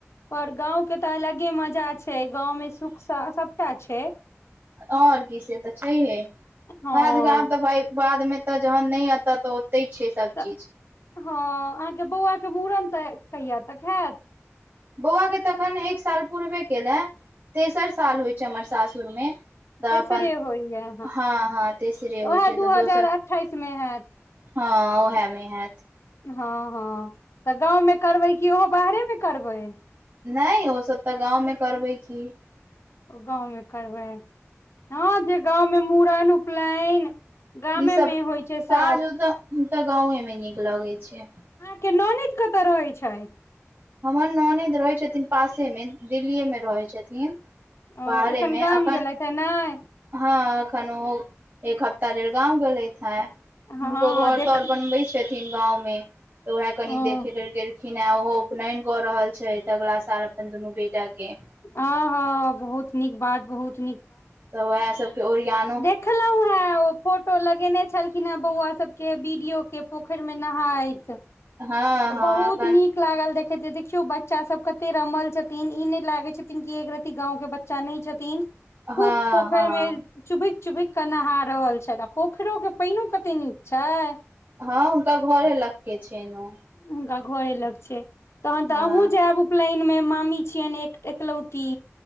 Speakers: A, on the left (about 60°); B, on the right (about 40°).
A: परऔर गांव के तऽ अलगे मजा छै गांव में सुख सबटा छय
B: आओर की से तऽ छैहे
A: हँ
B: वएह देख आब तऽ भाय बाद में तऽ जहन नहि औत तऽ तैं छै सब
A: तऽ
B: चीज
A: हँ अहाँके बौआ के मुूड़न तऽ कहिया तक हैत
B: बौआके तखन एक साल पूरबे कयेलए तेसर साल होइत छै हमर सासुरमे तऽ
A: तेसरे
B: अपन
A: होइया
B: हँ हँ त से होइ
A: उएह
B: छै
A: दू
B: तऽ
A: हजार
B: दोसर
A: अठाइस मे हैत
B: हँ ओहमेहत
A: हँ हँ तऽ गाँवमे करबै कि ओहो बाहरे मऽ करबै
B: नहि ओ सभ तऽ गाँवमे करबै की
A: गाँवमे करबै हँ जे गाँवमे मुूड़न उपनयन गामेमे
B: ई सब
A: होइ छै
B: काज
A: सब
B: तऽ गांे मे नीक लगै छै
A: किया नॉनेद कतऽ रहैत छैथ
B: हमर ननेद रहैत छथिन पासेमे दिल्लीएमे रहै छथिन
A: ओ
B: बाहरे
A: एखन
B: मे
A: गाम
B: अखन
A: गेलेत हन नहि
B: हँ एखन ओ एक हफ्ता लेल गाँव गेलेत है
A: हँ
B: हुनको
A: हँ
B: घर
A: देख
B: तर बनबैत छथिन गाँवमे तऽ उएह कनि
A: ओ
B: देखे कर कखिन ह ओहो उपनयन कऽ रहल छैथ तऽ अगलाा साल अपन दुनू बेटा के
A: ह ह बहुत नीक बात बहुत
B: तऽ ओएह सबके ओरयान
A: देखलहु हैं ओ फोटो लगेने छलखिन बौआ सब के बीडो के पोखरि मे नहाइत त
B: हँ हँ
A: बहुत
B: एखन
A: नीक लागल देखैत देखियौ बच्चा सब कते रमल छथिन ई नहि लागे छथिन की एक रति गांव के बच्चा नै छथिन खूब
B: हँ
A: पोखरि
B: हँ
A: मऽ चुभकि चुभक केऽ नहा रहल छथि आ पोखरिो के पानो कते नीक छैय
B: हँ हुनका घरे लग के छै नऽ
A: हुनका घरे लग छै तहन
B: हँ
A: तऽ अहुूँ जायब उपनयन मे मामी छियनि एकलौती